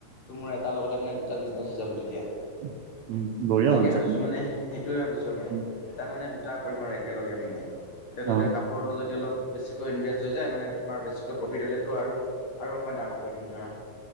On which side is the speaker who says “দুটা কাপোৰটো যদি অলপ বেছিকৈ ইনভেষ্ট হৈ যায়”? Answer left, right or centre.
Left